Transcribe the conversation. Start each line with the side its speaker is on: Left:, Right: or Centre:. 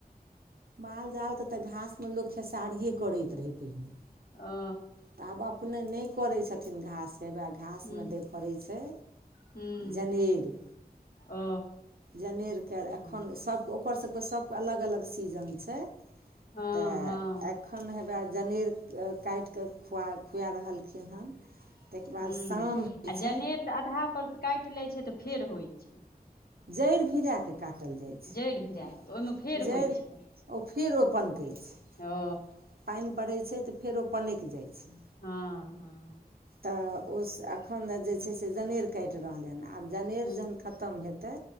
Right: मालजालकेँ तऽ घासमे लोक खेसारिए करैत रहै पहिने।
Left: आ।
Right: तऽ आब अपने नहि करै छथिन घासकेब। घासमे
Left: हूँ
Right: दै पड़ै छै
Left: हूँ
Right: जनेर
Left: ओ
Right: जनेर के अखन
Left: हूँ
Right: सब के ओकर सब के सब के अलग अलग सीजन से
Left: हँ
Right: तऽ
Left: हँ
Right: एखन हेबे जनेर काटि कऽ खुआ खुआ रहलखिन हन ताहिके बाद
Left: ह
Right: शाम होइ
Left: आ जनेर
Right: छै
Left: तऽ आधा पर काटि लैत छै तऽ फेर होइ छै
Right: जड़ि भिराए कऽ काटल जाइ छै
Left: जड़ि भिरा कऽ तऽ ओहिमे फेर
Right: जड़ि
Left: होइ छै
Right: ओ फेरो पनकै छै
Left: ओ
Right: पानि पड़ैत छै तऽ फेरो पनेक जाइ छै
Left: हँ हँ
Right: तऽ ओ एखन ने जे छै से जनेर कटि रहलै हनँ आब जनेर
Left: हूँ
Right: जखन खतम हेतै